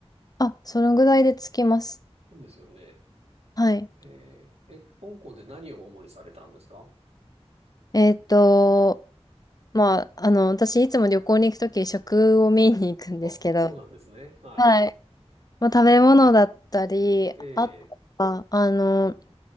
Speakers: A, on the left; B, on the right.
A: あ、そのぐらいで着きます。
B: そうですよね。
A: はい。
B: ええ、え、香港で何を主にされたんですか
A: えーっと、まあ、あの、私いつも旅行に行くとき食を見に行くんですけど、
B: あ、そうなんですね。はい。
A: はい。まあ、食べ物だったり、
B: ええ、
A: あとは、あの、